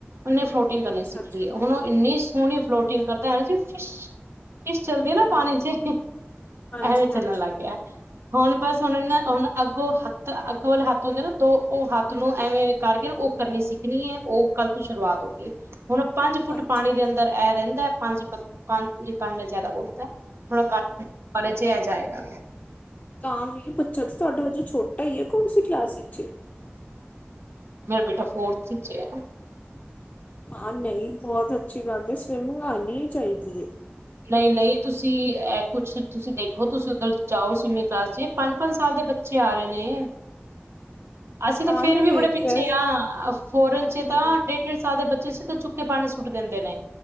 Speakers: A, on the right (about 70°); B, on the left (about 35°).
A: ਉਹਨੇ ਫਲੋਟਿੰਗ ਕਰਨੀ
B: ਅੱਛਾ
A: ਸਿੱਖ
B: ਅੱਛਾ
A: ਲਈ ਐ, ਹੁਣ ਓਹ ਇੰਨੀ ਸੋਹਣੀ ਫਲੋਟਿੰਗ ਕਰਦਾ ਐ ਨਾ ਜੀ ਫਸ਼ ਸ਼ ਚੱਲਦੀ ਐ ਨਾ ਪਾਣੀ
B: ਹਮ
A: ਚ, ਐਵੇਂ
B: ਹਾਂਜੀ
A: ਚੱਲਣ
B: ਹਾਂਜੀ
A: ਲੱਗ ਪਿਆ। ਹੁਣ ਬਸ ਹੁਣ
B: ਅੱਛਾ
A: ਇਨ ਨਾ ਹੁਣ ਅੱਗੋਂ ਹੱਥ ਤਾਂ ਅੱਗ ਵਾਲੇ ਹੱਥ ਹੁੰਦੇ ਨਾ ਦੋ, ਉਹ ਹੱਥ ਨੂੰ ਐਵੇਂ ਕਰਕੇ ਨਾ, ਉਹ ਕਰਨੀ ਸਿੱਖਣੀ ਐ। ਉਹ ਕੱਲ ਤੋਂ ਸ਼ੁਰੂਆਤ ਹੋ ਗੀ। ਹੁਣ ਪੰਜ ਫੁੱਟ
B: ਅੱਛਾ
A: ਪਾਣੀ ਦੇ ਅੰਦਰ ਰਹਿੰਦਾ ਐ ਪੰਜਪਤ ਪੰਜ ਨਈ ਪੰਜ ਮੈਂ ਜ਼ਿਆਦਾ ਬੋਲਤਾ ਥੋੜਾ ਕਟ ਲੇ ਛੇ ਆ ਜਾਏਗਾ।
B: ਤਾਂ ਵੀ ਬ ਅੱਛਾ ਅੱਛਾ ਤੁਆਡਾ ਹਜੇ ਛੋਟਾ ਉ ਐ। ਕੌਣ ਸੀ ਕਲਾਸ ਇੱਚ ਏ?
A: ਮੇਰਾ ਬੇਟਾ ਫੋਰਥ ਚ ਐ।
B: ਹਾਂ ਨਹੀਂ, ਬਹੁਤ ਅੱਛੀ ਗੱਲ ਐ। ਸਵਿਮਿੰਗ ਆਣੀ ਈ ਚਾਈਦੀ ਐ।
A: ਨਹੀਂ ਨਹੀਂ, ਤੁਸੀਂ ਐਹ ਕੁਛ, ਤੁਸੀਂ ਦੇਖੋ ਤੁਸੀਂ ਉੱਧਰ ਜਾਓ ਸਵੀਮਿੰਗ ਕਲਾਸ ਚ। ਪੰਜ ਪੰਜ ਸਾਲ ਦੇ ਬੱਚੇ ਆ ਰਹੇ ਨੇ। ਅਸੀਂ ਤਾਂ
B: ਹਾਂ
A: ਫੇਰ
B: ਮੈਂ
A: ਵੀ
B: ਵੇਖਿਆ
A: ਬੜੇ ਪਿੱਛੇ ਆਂ, ਫੋਰਨ ਚ
B: ਹੂੰ
A: ਤਾਂ ਡੇਢ ਡੇਢ ਸਾਲ ਦੇ ਬ ਚੇ ਸਿੱਧੇ ਚੁੱਕ ਕੇ ਪਾਣੀ ਚ ਸੁੱਟ ਦਿੰਦੇ ਨੇ।